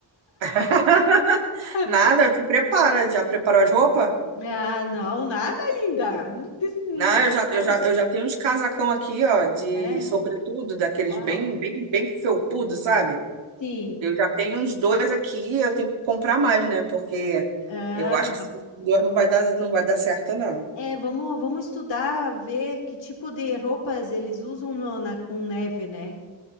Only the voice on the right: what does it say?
<laughs>
Nada, se prepara. Já preparou as roupas?
Não, eu já,
eu já, eu já tenho uns casacão aqui, ó, de
sobretudo, daqueles
bem, bem, bem felpudo, sabe?
Eu já tenho uns dois aqui, eu tenho que comprar mais, né? Porque
eu acho que esses dois não vai dar, não vai dar certo, não.